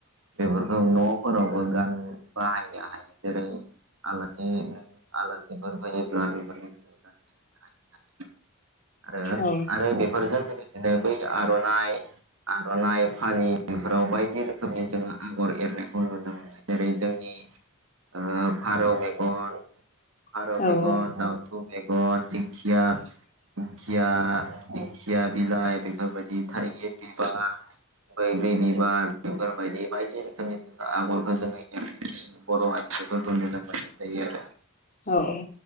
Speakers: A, on the right (about 60°); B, on the left (about 35°).
A: बेफोरखौ न'फोरावबो गान बाहायनो हायो जेरै आलासि आलासिफोर फैयोब्ला बेफोरखौ जोङो गाननो होनो हायो। आरो
B: औ
A: आरो बेफोरजों लोगोसेनो बै आर'नाइ आर'नाइ फालि बेफोराव बायदि रोखोमनि जोङो आगर एरनायखौ नुनो मोनो जेरै जोंनि ओ फारौ मेगन फारौ
B: औ
A: मेगन दावथु मेगन दिंखिया खिया दि खिया बिलाइ बेफोरबायदि थाइगिर बिबार बैग्रि बिबार बेफोरबायदि बायदि रोखोमनि जेनेबा आगरखौ जोङो एरनो बर' आयजोफोरखौ नुनो मोननाय जायो आरो।
B: औ औ।